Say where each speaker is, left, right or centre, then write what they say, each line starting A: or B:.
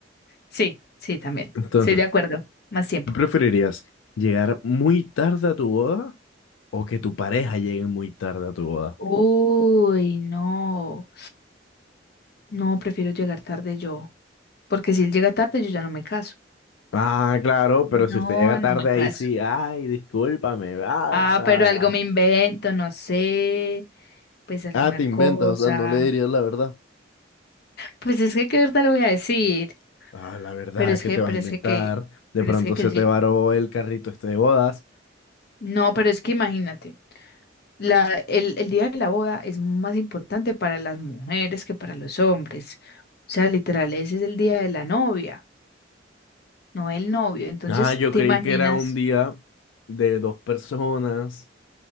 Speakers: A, on the left; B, on the left.
A: Sí, sí, también.
B: Entonces,
A: Estoy de acuerdo. Más tiempo.
B: ¿qué preferirías? ¿Llegar muy tarde a tu boda? O que tu pareja llegue muy tarde a tu boda.
A: Uy, no. No, prefiero llegar tarde yo. Porque si él llega tarde, yo ya no me caso.
B: Ah, claro, pero
A: No,
B: si usted llega
A: no
B: tarde
A: me
B: ahí
A: caso.
B: sí, ay, discúlpame, va, va,
A: Ah,
B: va,
A: pero
B: va.
A: algo me invento, no sé. Pues alguna
B: Ah, te inventas,
A: cosa.
B: o sea, no le dirías la verdad.
A: Pues es que qué verdad le voy a decir.
B: Ah, la verdad,
A: Pero es
B: ¿qué
A: que,
B: te
A: pero
B: vas a inventar?
A: es que, que,
B: De
A: pero
B: pronto
A: es que, que
B: se
A: él llegue-
B: te varó el carrito este de bodas.
A: No, pero es que imagínate. La, el, el día de la boda es más importante para las mujeres que para los hombres. O sea, literal, ese es el día de la novia. no el novio. Entonces,
B: Ah, yo
A: ¿te
B: creí
A: imaginas?
B: que era un día de dos personas